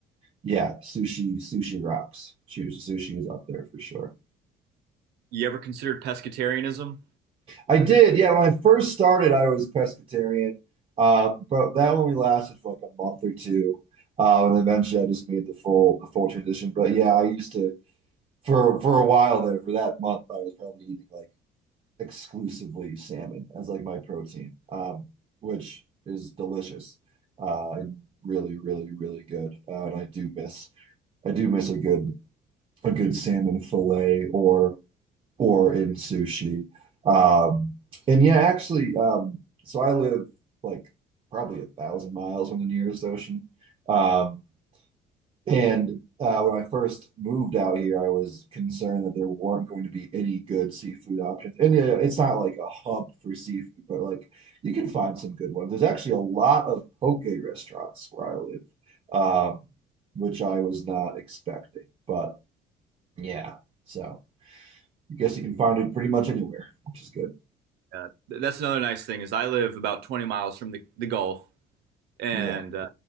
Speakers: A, on the right (about 35°); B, on the right (about 75°).
A: Yeah, sushi, sushi rocks. Sushi sushi is up there for sure.
B: You ever considered pescatarianism?
A: I did, yeah. When I first started, I was Presbyterian, uh, but that only lasted for like a month or two, uh, and eventually I just made the full the full transition. But yeah, I used to for for a while there for that month, I was probably eating like exclusively salmon as like my protein, um, which is delicious uh, and really, really, really good. Uh, and I do miss I do miss a good a good salmon fillet or or in sushi. Um, and yeah, actually, um, so I live like probably a thousand miles from the nearest ocean. Um, and uh, when I first moved out here, I was concerned that there weren't going to be any good seafood options. And yeah, it's not like a hub for seafood, but like you can find some good ones. There's actually a lot of poke restaurants where I live, um, which I was not expecting. But yeah, so. I guess you can find it pretty much anywhere, which is good.
B: Uh, that's another nice thing is I live about 20 miles from the, the Gulf, and
A: Yeah.
B: uh,